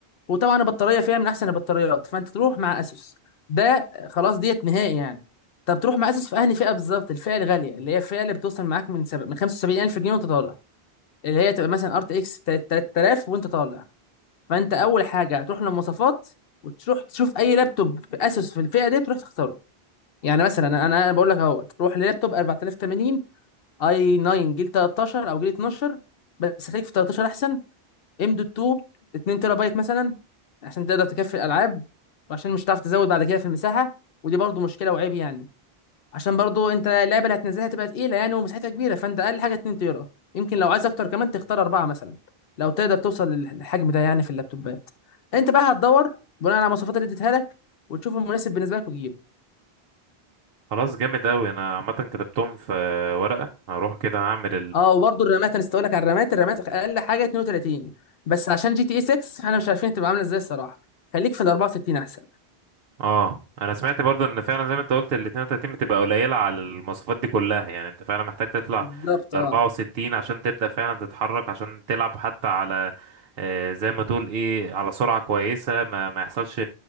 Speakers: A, on the left; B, on the right.
A: وطبعا البطاريه فيها من احسن البطاريات فانت تروح مع اسس ده خلاص ديت نهائي يعني طب تروح مع اسس في انهي فئه بالظبط الفئه الغاليه اللي هي الفئه اللي بتوصل معاك من سب... من 75000 جنيه وانت طالع اللي هي تبقى مثلا ار تي اكس 3000 وانت طالع فانت اول حاجه هتروح للمواصفات وتروح تشوف اي لابتوب في اسوس في الفئه دي تروح تختاره يعني مثلا انا انا بقول لك اهوت روح للابتوب 4080 اي 9 جيل 13 او جيل 12 بس خليك في 13 احسن ام دوت 2 2 تيرا بايت مثلا عشان تقدر تكفي الالعاب وعشان مش هتعرف تزود بعد كده في المساحه ودي برضو مشكله وعيب يعني عشان برضو انت اللعبه اللي هتنزلها تبقى تقيله يعني ومساحتها كبيره فانت اقل حاجه 2 تيرا يمكن لو عايز اكتر كمان تختار اربعه مثلا لو تقدر توصل للحجم ده يعني في اللابتوبات انت بقى هتدور بناء على المواصفات اللي اديتها لك وتشوف المناسب بالنسبه لك وتجيبه
B: خلاص جامد اوي انا عامة كتبتهم في ورقة هروح كده هعمل
A: اه وبرضو الرامات انا لك على الرامات الرامات اقل حاجه 32 بس عشان جي تي اي 6 احنا مش عارفين تبقى عامله ازاي الصراحه خليك في ال 64 احسن
B: اه انا سمعت برضو ان فعلا زي ما انت قلت ال 32 بتبقى قليله على المواصفات دي كلها يعني انت فعلا محتاج تطلع
A: بالظبط
B: ل
A: اه
B: 64 عشان تبدا فعلا تتحرك عشان تلعب حتى على آه، زي ما تقول ايه على سرعه كويسه ما ما يحصلش